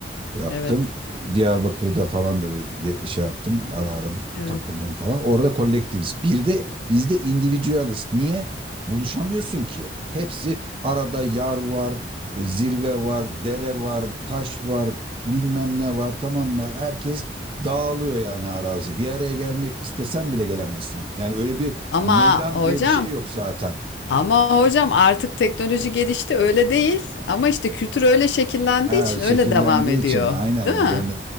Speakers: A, on the right (about 30°); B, on the left (about 85°).
A: yaptım.
B: Evet.
A: Diyarbakır'da falan da bir ge- şey yaptım. Ara ara bir
B: evet.
A: takıldım falan. Orada kolektivist. Bir de bizde individualist. Niye? Buluşamıyorsun ki. Hepsi arada yar var, e, zirve var, dere var, taş var, bilmem ne var tamam mı? Herkes dağılıyor yani arazi. Bir araya gelmek istesen bile gelemezsin. Yani öyle bir
B: Ama
A: meydan
B: hocam,
A: diye bir şey yok zaten.
B: ama hocam artık teknoloji gelişti, öyle değil. Ama işte kültür öyle şekillendiği
A: Ha,
B: için
A: şekillendiği
B: öyle devam ediyor.
A: için aynen
B: Değil
A: yani
B: mi?